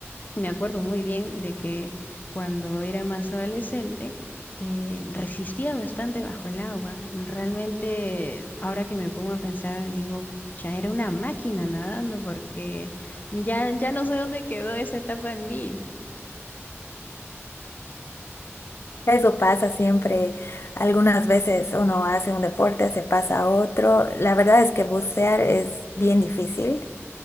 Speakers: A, on the left; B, on the left.
A: Me acuerdo muy bien de que cuando era más adolescente eh, resistía bastante bajo el agua. Realmente, ahora que me pongo a pensar, digo, ya era una máquina nadando porque ya, ya no sé dónde quedó esa etapa en mí.
B: Eso pasa siempre. Algunas veces uno hace un deporte, se pasa a otro. La verdad es que bucear es bien difícil.